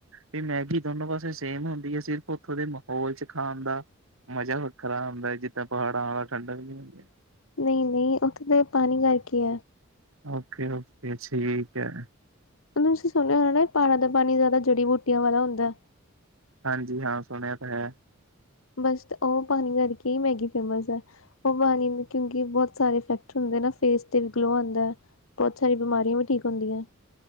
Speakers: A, on the right; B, on the left.
A: ਵੀ ਮੈਗੀ ਦੋਨੋ ਪਾਸੇ ਸੇਮ ਹੁੰਦੀ ਆ ਸਿਰਫ਼ ਉੱਥੋਂ ਦੇ ਮਾਹੌਲ 'ਚ ਖਾਣ ਦਾ ਮਜ਼ਾ ਵੱਖਰਾ ਹੁੰਦਾ ਜਿੱਦਾਂ ਪਹਾੜਾਂ ਵੱਲ ਠੰਡਾ <unintelligible>
B: ਨਹੀਂ-ਨਹੀ ਉੱਥੇ ਤਾਂ ਦੇ ਪਾਣੀ ਕਰਕੇ ਐ।
A: ਓਕੇ-ਓਕੇ ਠੀਕ ਐ।
B: ਤੁਸੀਂ ਸੁਣਿਆ ਹੋਣਾ ਪਹਾੜਾ ਦਾ ਪਾਣੀ ਜ਼ਿਆਦਾ ਜੜ੍ਹੀ ਬੂਟੀਆਂ ਵਾਲਾ ਹੁੰਦਾ।
A: ਹਾਂਜੀ ਹਾਂ ਸੁਣਿਆ ਤਾਂ ਹੈ।
B: ਬਸ ਉਹ ਪਾਣੀ ਕਰਕੇ ਈ ਮੈਗੀ ਫੇਮਸ ਐ। ਉਹ ਪਾਣੀ ਨਾ ਕਿਉਂਕਿ ਬਹੁਤ ਸਾਰੇ ਇਫੈਕਟ ਹੁੰਦੇ ਨਾ ਫੇਸ ਤੇ ਵੀ ਗਲੋ ਆਦਾ ਐ। ਬਹੁਤ ਸਾਰੀਆਂ ਬਿਮਾਰੀਆਂ ਵੀ ਠੀਕ ਹੁੰਦੀਆਂ।